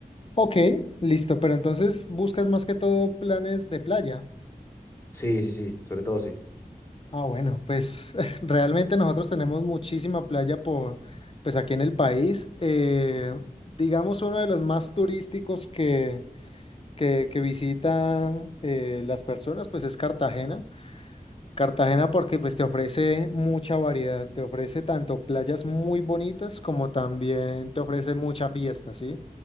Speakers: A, on the left; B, on the left.
A: Ok, listo, pero entonces buscas más que todo planes de playa.
B: Sí, sí, sí, sobre todo sí.
A: Ah, bueno, pues <laughs> realmente nosotros tenemos muchísima playa por, pues aquí en el país. Eh, digamos uno de los más turísticos que que, que visita eh, las personas, pues es Cartagena. Cartagena porque pues te ofrece mucha variedad, te ofrece tanto playas muy bonitas como también te ofrece mucha fiesta, ¿sí?